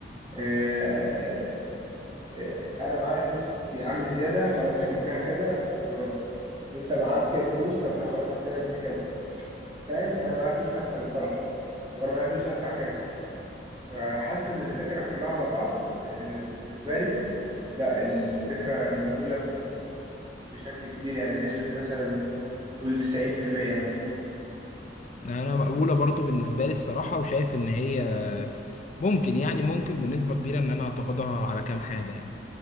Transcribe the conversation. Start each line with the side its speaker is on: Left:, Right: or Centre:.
Right: آه، آه، انا معايا فلوس يا عم زياده خلاص هجيب بيها كذا وخلاص انت معاك فلوس طب خلاص هات لنا انت كذا فاهم انا معايا فلوس هدفع الفرح طب انا معايا فلوس هدفع كذا فحاسس ان الفكره كلها على بعض آه، بالنسبه لي لا الفكره مقبوله بشكل كبير يعني بنسبه مثلا قول 90% مثلا
Left: انا مقبولة برضو بالنسبة لي الصراحة وشايف ان هي ممكن يعني ممكن بنسبة كبيرة ان انا اتغاضى على كام حاجة يعني